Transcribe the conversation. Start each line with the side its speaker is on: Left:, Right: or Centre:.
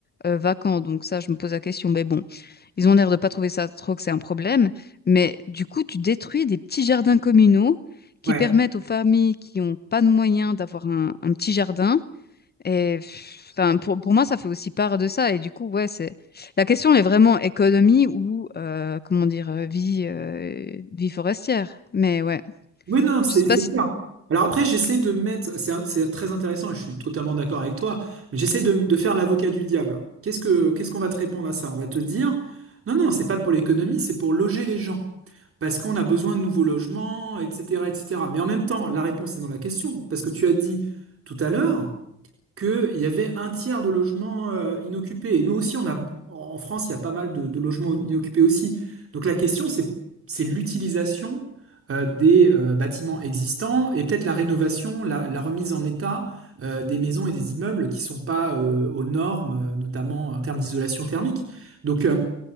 Left: euh, vacants? Donc, ça, je me pose la question. Mais bon, ils ont l'air de pas trouver ça trop que c'est un problème, mais du coup, tu détruis des petits jardins communaux qui
Right: ouais.
Left: permettent aux familles qui n'ont pas de moyens d'avoir un, un petit jardin. Et enfin, pour, pour moi, ça fait aussi part de ça. Et du coup, ouais, c'est la question elle est vraiment économie ou euh, comment dire euh, vie euh, vie forestière. Mais ouais,
Right: Oui, non, non, c'est
Left: je sais
Right: c'est
Left: pas si
Right: clair. Alors après, j'essaie de mettre, c'est un- c'est très intéressant et je suis totalement d'accord avec toi, mais j'essaie de, de faire l'avocat du diable. Qu'est-ce que, qu'est-ce qu'on va te répondre à ça? On va te dire, non, non, c'est pas pour l'économie, c'est pour loger les gens. Parce qu'on a besoin de nouveaux logements, etc., etc. Mais en même temps, la réponse est dans la question. Parce que tu as dit tout à l'heure, qu'il y avait un tiers de logements euh, inoccupés. Et nous aussi, on a, en France, il y a pas mal de, de logements inoccupés aussi. Donc la question, c'est, c'est l'utilisation euh, des euh, bâtiments existants et peut-être la rénovation, la, la remise en état euh, des maisons et des immeubles qui sont pas euh, aux normes, euh, notamment en termes d'isolation thermique. Donc euh,